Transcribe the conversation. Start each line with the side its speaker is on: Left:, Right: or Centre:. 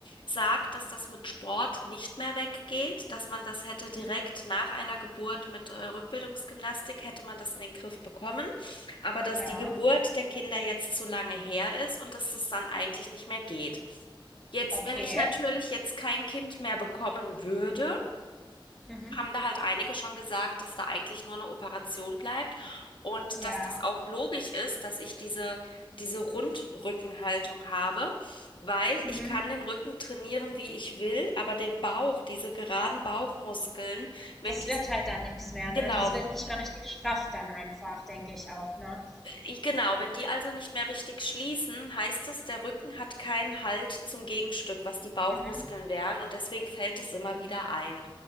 Left: sagt, dass das mit Sport nicht mehr weggeht, dass man das hätte
Centre: mhm.
Left: direkt nach einer Geburt mit äh, Rückbildungsgymnastik, hätte man das in den Griff bekommen, aber dass
Centre: Ja,
Left: die Geburt der Kinder jetzt zu lange her ist und dass das dann eigentlich nicht mehr geht. Jetzt,
Centre: okay.
Left: wenn ich natürlich jetzt kein Kind mehr bekommen würde,
Centre: Mhm.
Left: haben da halt einige schon gesagt, dass da eigentlich nur eine Operation bleibt und
Centre: Ja.
Left: dass das auch logisch ist, dass ich diese, diese Rundrückenhaltung habe, weil
Centre: Mhm.
Left: ich kann den Rücken trainieren, wie ich will, aber den Bauch, diese geraden Bauchmuskeln, wenn
Centre: Das
Left: die
Centre: wird
Left: sich
Centre: halt dann nichts mehr, ne?
Left: Genau,
Centre: Das wird nicht mehr richtig straff dann einfach, denke ich auch, ne?
Left: i- genau. Wenn die also nicht mehr richtig schließen, heißt es, der Rücken hat keinen Halt zum Gegenstück, was die Bauchmuskeln
Centre: Mhm.
Left: wären und deswegen fällt es immer wieder ein.